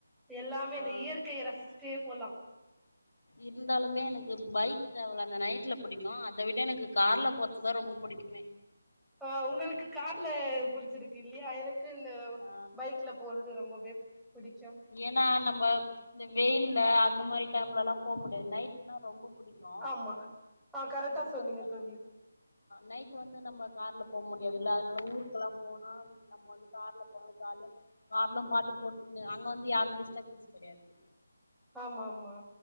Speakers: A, in the centre; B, on the left (about 65°).
A: எல்லாமே
B: ஆ
A: இந்த இயற்கையை ரசிச் தே போலா
B: இருந்தாலுமே எனக்கு பைக் ட்ராவல்லு அந்த நைட்ல புடிக்கு அத விட எனக்கு கார்ல போறதுதான் ரொம்ப புடிக்குமே
A: ஆ உங்களுக்கு கார்ல புடிச்சிருக்கு இல்லையா எனக்கு இந்த
B: ஆ
A: பைக்ல போறது ரொம்பவே புடிக்கு
B: ஏன்னா நம்ம இந்த வெயில்ல அந்த மாரி டைம்லல்லா போ முடியாது நைட்னா ரொம்ப புடிக்கு
A: ஆமா ஆ கரெக்டா
B: அதுக்கப்புற
A: சொன்னீங்க தோழி
B: நைட் வந்து நம்ம கார்ல போ முடியாதுல்ல அதனால ஊருக்குெல்லா போனா நம்ம வந்து கார்ல போனா ஜாலியா கார்லா பாட்டு போட்டுங்னு வந்து யாரும் டிஸ்டபன்ஸ் கிடையாது
A: ஆமா ஆமா